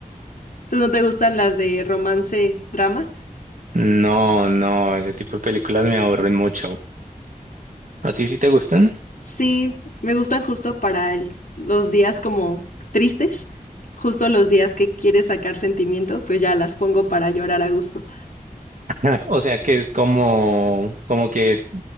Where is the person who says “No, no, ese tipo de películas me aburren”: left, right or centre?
Right